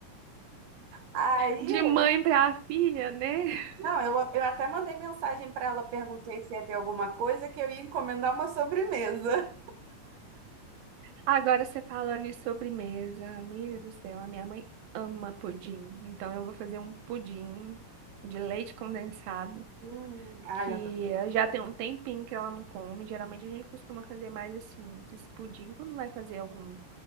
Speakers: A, on the right; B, on the right.
A: <laughs> Aí,
B: De mãe para filha, né?
A: não, eu, eu até mandei mensagem pra ela, perguntei se ia ter alguma coisa que eu ia encomendar uma sobremesa.
B: Agora você falando em sobremesa, amiga do céu, a minha mãe ama pudim. Então eu vou fazer um pudim de leite condensado,
A: Hum, ai,
B: que
A: adoro.
B: já tem um tempinho que ela não come. Geralmente a gente costuma fazer mais assim, esses pudim quando vai fazer algum